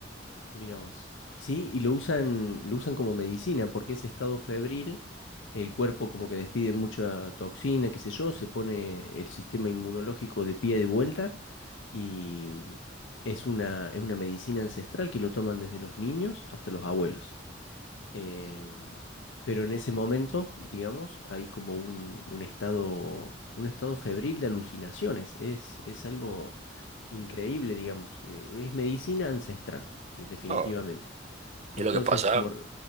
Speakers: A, on the left; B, on the right.
A: Mira vos. Sí, y lo usan, lo usan como medicina, porque ese estado febril, el cuerpo como que despide mucha toxina, qué sé yo, se pone el sistema inmunológico de pie de vuelta y es una, es una medicina ancestral que lo toman desde los niños hasta los abuelos. Em, pero en ese momento, digamos, hay como un, un estado, un estado febril de alucinaciones. Es, es algo increíble, digamos. eh, es medicina ancestral, eh, definitivamente.
B: No,
A: Entonces,
B: Y lo que pasa,
A: como... re-